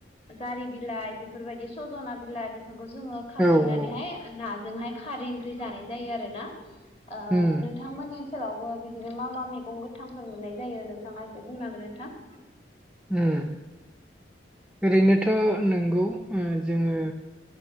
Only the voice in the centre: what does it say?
औ औ
उम
उम। ओरैनोथ' नंगौ ओ जोङो